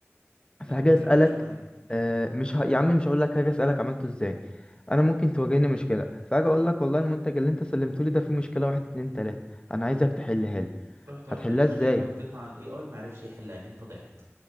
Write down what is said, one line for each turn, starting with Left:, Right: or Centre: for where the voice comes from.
Right: يعني
Left: في حاجة
Right: ما بياكلش
Left: أسألك
Right: معايا
Left: آه، مش ه... يا عم مش هقول لك حاجة أسألك عملته ازاي انا ممكن تواجهني مشكلة فاجي اقول لك والله المنتج اللي انت سلمته لي ده فيه مشكلة واحد اتنين تلاتة انا عايزك تحلها لي
Right: رحت واخد
Left: هتحلها
Right: المشكلة
Left: ازاي
Right: حطيتها على الاي اي معرفش يحلها انت ضيعت